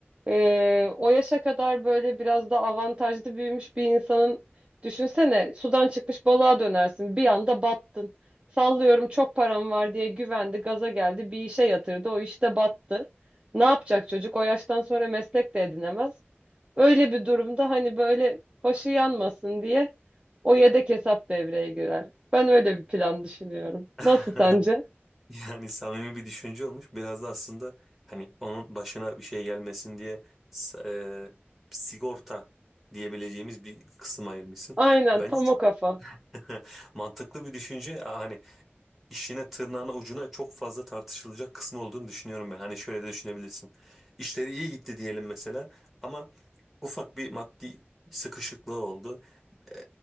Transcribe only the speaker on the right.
ee, o yaşa kadar böyle biraz da avantajlı büyümüş bir insanın düşünsene sudan çıkmış balığa dönersin bir anda battın. Sallıyorum çok param var diye güvendi gaza geldi bir işe yatırdı o işte battı. Ne yapacak çocuk o yaştan sonra meslek de edinemez. Öyle bir durumda hani böyle başı yanmasın diye o yedek hesap devreye girer. Ben öyle bir plan düşünüyorum.
Nasıl sence?
Aynen
tam
o kafa.